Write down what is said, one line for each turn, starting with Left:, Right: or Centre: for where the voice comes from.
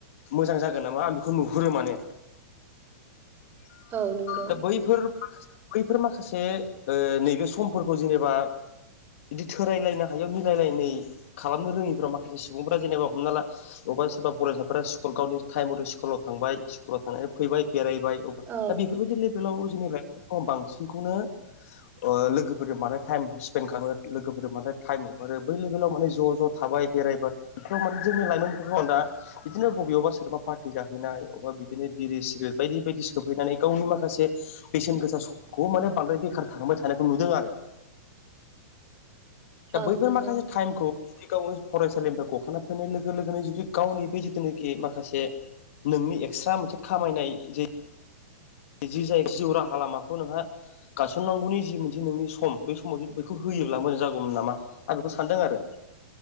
Left: मोजां जागोन नामा आं बेखौ नुहुरो माने।
Right: औ नोंगौ।
Left: दा बैफोर बैफोर माखासे ओ नैबे समफोरखौ जेनेबा बिदि थोरायलायनो हायो मिलायलायनाय खालामनो रोङिफाव माखासे सुबुंफ्रा जेनेबा हमना ला अबा सोरबा फरायसाफोरा स्कुल गावनि टाइमथे स्कुलाव थांबाय स्कुलाव थांनानै फैबाय बेरायबाय।
Right: औ
Left: दा बेफोरबायदि बेलाव जोंनि लाइपफोरखौ बांसिनखौनो अ लोगोफोरजों मानो टाइम स्पेन्ड खालामो लोगोफोरजों माने टाइम हगारो बै लेभलाव माने ज' ज' थाब जाबाय बेरायबाय बेफोराव माने जोंनि लाइमोनफोरखौ आं दा बिदिनो बबेयावबा सोरबा पार्टि जाहै नाय अबा बिदिनो बिरि सिग्रेट बायदि बायदि सफैनानै गावनि माखासे बेसेन गोसा समखौ माने बांद्राय बेखार थांबाय थानायखौ नुदों आरो। दा
Right: औ
Left: बैफोर
Right: नंगौ
Left: माखासे टाइमखौ जुदि गाव फरायसालिनिफ्राय गखांना फैनाय लोगो लोगोनो जुदि गावनि बे जिथुनाखि माखासे नोंनि एक्सट्रा मोनसे खामायनाय जे जि जाय जिउ राहा लामाखौ नोंहा गायसननांगौनि जि मोनसे नोंनि सम बे समाव जे बेखौ होयो योब्ला मोजां जागौमोन नामा आं बेखौ सानदों आरो।